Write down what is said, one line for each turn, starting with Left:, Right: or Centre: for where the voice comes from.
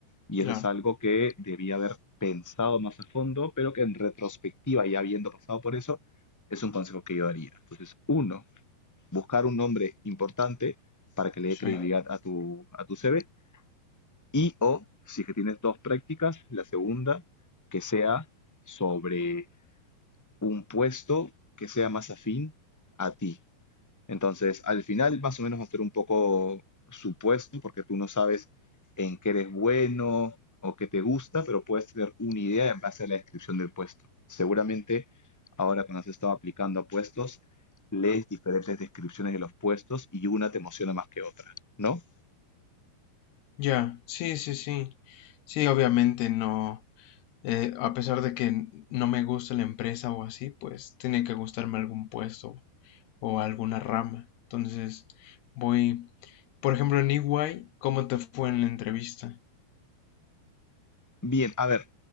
Centre: Y eso
Left: claro.
Centre: es algo que debía haber pensado más a fondo, pero que en retrospectiva, ya habiendo pasado por eso, es un consejo que yo daría. Entonces, uno, buscar un nombre importante para que le
Left: Sí.
Centre: dé credibilidad a tu, a tu CV. Y o, si es que tienes dos prácticas, la segunda, que sea sobre un puesto que sea más afín a ti. Entonces, al final, más o menos va a ser un poco supuesto, porque tú no sabes en qué eres bueno o qué te gusta, pero puedes tener una idea en base a la descripción del puesto. Seguramente, ahora cuando has estado aplicando a puestos, lees diferentes descripciones de los puestos y una te emociona más que otra, ¿no?
Left: Ya, sí, sí, sí. Sí, obviamente no. eh, a pesar de que no me gusta la empresa o así, pues tiene que gustarme algún puesto o alguna rama. Entonces, voy, por ejemplo, en EY, ¿cómo te fue en la entrevista?
Centre: Bien, a ver,